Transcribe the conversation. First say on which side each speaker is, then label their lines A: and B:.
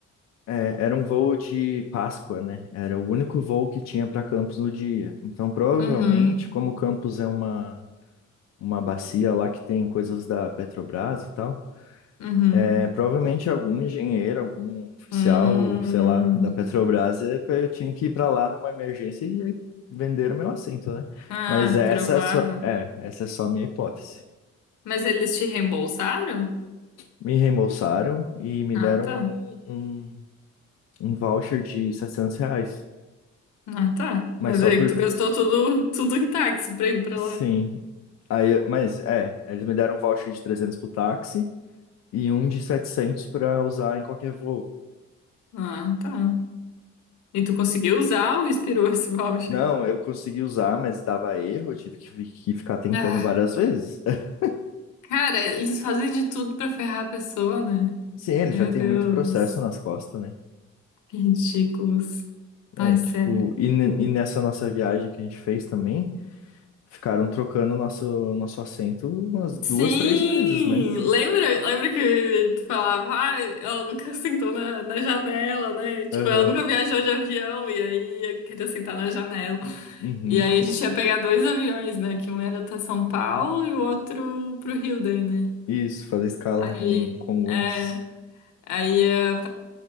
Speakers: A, on the left (about 60°); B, on the left (about 75°).
A: É, era um voo de Páscoa, né? Era o único voo que tinha para Campos no dia. Então, provavelmente,
B: Uhum,
A: como Campos é uma, uma bacia lá que tem coisas da Petrobras e tal,
B: uhum.
A: é, provavelmente algum engenheiro, algum oficial,
B: Hum.
A: sei lá, da Petrobras, é, pe- eu tinha que ir para lá numa emergência e aí venderam meu assento, né?
B: Ah,
A: Mas essa
B: provável.
A: é só, é, essa é só a minha hipótese.
B: Mas eles te reembolsaram?
A: Me reembolsaram e me
B: Ah,
A: deram
B: tá.
A: um, um, um voucher de 700 reais.
B: Ah, tá.
A: Mas
B: Mas
A: só
B: aí
A: por
B: tu gastou tudo, tudo em táxi pra ir pra
A: Sim.
B: lá.
A: Aí, mas é, eles me deram um voucher de 300 pro táxi e um de 700 para usar em qualquer voo.
B: Ah, tá. E tu conseguiu usar ou expirou esse voucher?
A: Não, eu consegui usar, mas dava erro, eu tive que, fi- que ficar tentando
B: Ah,
A: várias vezes. <laughs>
B: cara, eles fazem de tudo pra ferrar a pessoa, né?
A: Sim, ele
B: Meu
A: já tem
B: Deus,
A: muito processo nas costas, né?
B: que ridículos.
A: É,
B: Ai,
A: tipo,
B: sério.
A: e, ne- e nessa nossa viagem que a gente fez também, ficaram trocando nosso nosso assento umas duas,
B: Sim!
A: três vezes, né?
B: Lembra, lembra que tu falava, ah, ela nunca sentou na, na janela, né? Tipo,
A: Aham.
B: ela nunca viajou de avião e aí queria sentar na janela.
A: Uhum.
B: E aí a gente ia pegar dois aviões, né? Que um era até São Paulo e o outro pro Rio daí, né?
A: Isso, fazer escala
B: Aí,
A: em Congonhas.
B: é, aí ia,